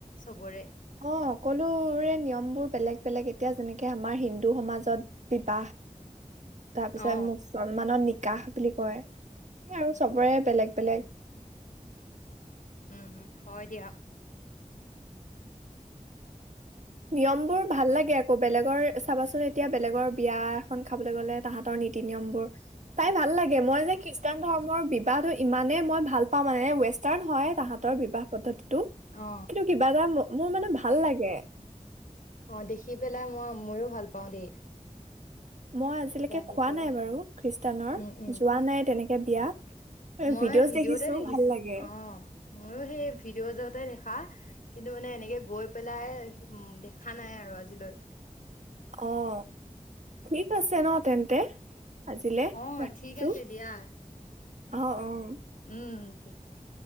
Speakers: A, on the left; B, on the right.
A: চবৰে।
B: অ', সকলোৰে নিয়ম বোৰ বেলেগ। বেলেগ এতিয়া যেনেকে আমাৰ হিন্দু সমাজত বিবাহ তাৰ পিছত
A: অ
B: মুছলমানৰ কাহঁ বুলি কয় সে আৰু চবৰে বেলেগ বেলেগ
A: উম, হয় দিয়া।
B: নিয়ম বোৰ ভাল লাগে আকৌ বেলেগৰ চাবাচোন এ এতিয়া বেলেগৰ বিয়া এখন খাবলৈ গ'লে তাহাঁতৰ নীতি-নিয়ম বোৰ টাই ভাল লাগে মই যে খ্ৰীষ্টান ধৰ্মৰ বিবাহো ইমানে মই ভাল পাওঁ মানে ৱেষ্টাৰ্ণ হয় তাহাঁতৰ বিবাহ পদ্ধতি কিন্তু
A: অ
B: কিবা যাম মোৰ মানে ভাল ভাল লাগে।
A: অ', দেখি পেলাই মই ময়ো ভাল পাওঁ দেই।
B: মই আজিলৈকে
A: তেওঁলোকৰ
B: খোৱা নাই বাৰু খ্ৰীষ্টানৰ
A: উম, উম
B: যোৱা নাই তেনেকে বিয়া
A: মই
B: ভিডিঅ'জ
A: ভিডিঅ'তে দেখিছো
B: ভাল লাগে
A: অ' ময়ো সেই ভিডিঅ' যহতে দেখা। কিন্তু মানে এনেকে গৈ পেলাই উম, দেখা নাই আৰু আজিলৈ।
B: অহ। ঠিক আছে ন' তেন্তে। আজিলে
A: অ',
B: ৰাখিছো
A: ঠিক আছে দিয়া,
B: অ অ
A: উম। ঠিক আছে।